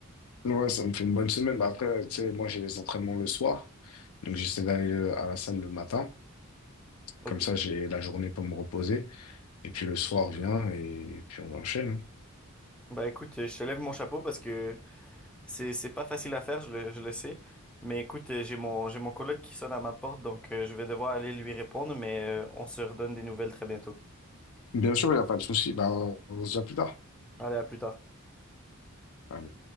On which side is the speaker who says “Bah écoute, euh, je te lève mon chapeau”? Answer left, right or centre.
Centre